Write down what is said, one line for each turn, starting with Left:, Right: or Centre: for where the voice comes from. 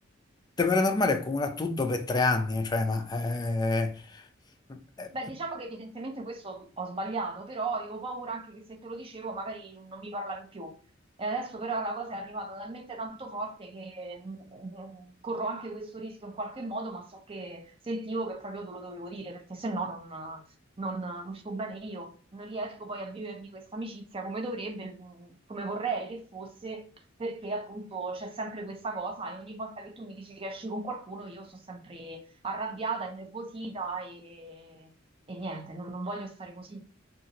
Left: Te pare normale accumulare tutto per tre anni, eh, cioè, ma... eh, eh,
Right: Beh, diciamo che evidentemente questo ho sbagliato, però avevo paura anche che se te lo dicevo magari non mi parlavi più. E adesso però la cosa è arrivata talmente tanto forte che mm, mm, corro anche questo rischio in qualche modo, ma so che sentivo che proprio te lo dovevo dire, perché se no non, non- non sto bene io, non riesco poi a vivermi questa amicizia come dovrebbe, mm, come vorrei che fosse, perché appunto c'è sempre questa cosa e ogni volta che tu mi dici che esci con qualcuno io sto sempre arrabbiata, innervosita e, e niente, non, non voglio stare così.